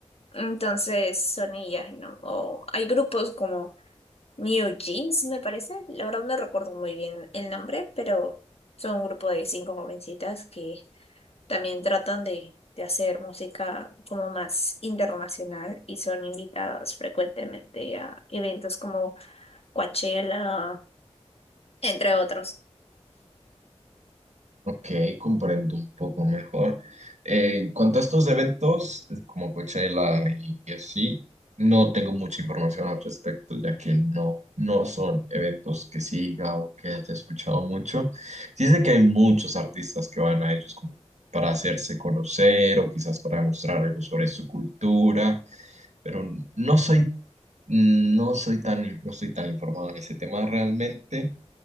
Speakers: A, on the left (about 60°); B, on the right (about 80°).
A: entonces son ellas, ¿no? O hay grupos como New Jeans, me parece. La verdad no recuerdo muy bien el nombre, pero son un grupo de cinco jovencitas que también tratan de, de hacer música como más internacional y son invitadas frecuentemente a eventos como Coachella, entre otros.
B: Ok, comprendo un poco mejor. Eh, en cuanto a estos eventos, eh, como Coachella y, y así, no tengo mucha información al respecto, ya que no, no son eventos que siga o que haya escuchado mucho. Sí sé que hay muchos artistas que van a ellos como para hacerse conocer o quizás para demostrar algo sobre su cultura, pero no soy, no soy tan, no estoy tan informado en ese tema realmente.